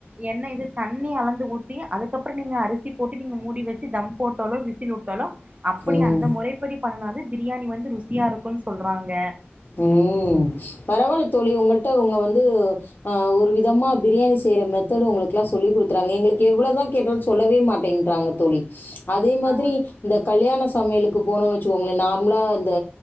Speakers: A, on the right; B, on the left.
A: என்ன இது தண்ணி அளந்து ஊத்தி அதுக்கப்புறம் நீங்க அரிசி போட்டு நீங்க மூடி வச்சு தம் போட்டோலோ விசில் உட்டாலும் அப்படி
B: ம்
A: அந்த முறைப்படி பண்ணனாது பிரியாணி வந் இருக்கும்ன்னு சொல்றாங்க
B: உஹ்ம் பரவால்ல தோழி உங்கள்ட்ட உங்க வந்து அஹ் ஒரு விதமா பிரியாணி செய்யற மெத்தடு உங்களுக்கு எல்லா சொல்லி் கொடுக்குறாங்க எங்களுக்கு எவ்வளவுதான் கேட்டாலும் சொல்லவே மாட்டேன்றாங்க தோழி அதே மாதிரி
A: ஆ
B: இந்த கல்யாண சமையலுக் போனும்னு வச்சுக்கோங்களேன் நார்மலா அந்த